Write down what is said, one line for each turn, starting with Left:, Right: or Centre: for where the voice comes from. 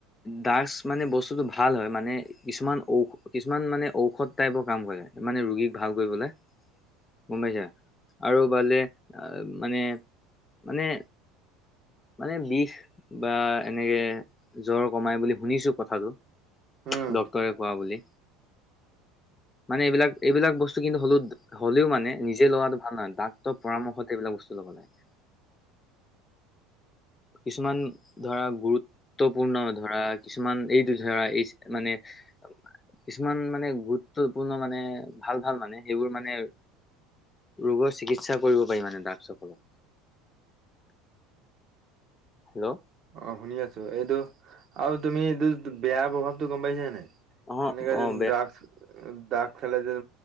Left: ডাগছ মানে, বস্তুটো ভাল হয়। মানে, কিছুমান ঔষধ কিছুমান মানে, ঔষধ টাইপৰ কাম কৰে। মানে, ৰোগীক ভাল কৰিবলৈ। গম পাইছা? আৰু ভালে, আঁ মানে, মানে মানে, বিষ বা এনেকে, জ্বৰ কমাই বুলি শুনিছোঁ, কথাটো।
Right: উম
Left: ডক্তৰে কোৱা বুলি। মানে এইবিলাক, এইবিলাক বস্তু কিন্তু, হ'লেও- হ'লেও, মানে। নিজে লোৱাটো ভাল নহয়। ডাক্তৰ পৰামৰ্শতে, এইবিলাক বস্তু ল'ব, লাগে। কিছুমান ধৰা, গুৰুত্বপূৰ্ণ ধৰা, কিছুমান এইটো ধৰা, এই মানে, কিছুমান মানে, গুৰুত্বপূৰ্ণ মানে, ভাল-ভাল মানে, সেইবোৰ মানে, ৰোগৰ চিকিৎসা কৰিব পাৰি মানে, ড্ৰাগছ সকলক। হেল্ল'
Right: অ'! শুনি আছোঁ। এইটো, আৰু তুমি, এইটো বেয়া প্ৰভাৱতো, গম পাইছা নাই?
Left: অ
Right: এনেকুৱা যে
Left: অ বে
Right: ড্ৰাগছ ড্ৰাগছ খালে যে,